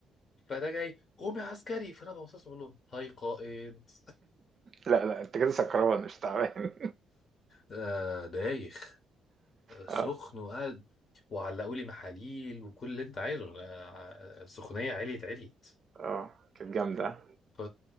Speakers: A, on the left; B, on the right.
A: فده جاي قوم يا عسكري فانا ببص له بقول له هاي قائد
B: لأ، لأ، أنت كده سكران مش تعبان.
A: آه دايخ سخن
B: <laughs> آه،
A: وقعد وعلقوا لي محاليل وكل اللي انت عايزه أنا- ع- السخونيه عليت عليت
B: آه، كانت جامدة.
A: ف